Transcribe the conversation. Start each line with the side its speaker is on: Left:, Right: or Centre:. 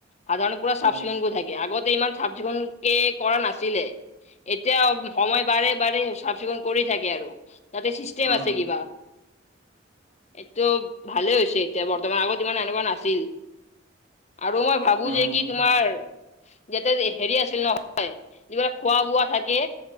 Left: সাধাৰণতে পুৰা চাফ
Right: অ
Left: চিকুণকো থাকে আগতে ইমান চাফ চিকুণক কে কৰা নাছিল। আছিলে এতিয়া সময় বাৰে বাৰে চাফ চিকুণ কৰি থাকে আৰু। তাতে চিষ্টেম
Right: অ
Left: আছে কিবা। এইটো ভালে হৈছে এতিয়া বৰ্তমান আগত ইমান এনেকুৱা নাছিল। আৰু মই ভাবো
Right: অ অ
Left: যে কি তোমাৰ যাতে হেৰি আছিল নহয় যিবিলাক খোৱা বোৱা থাকে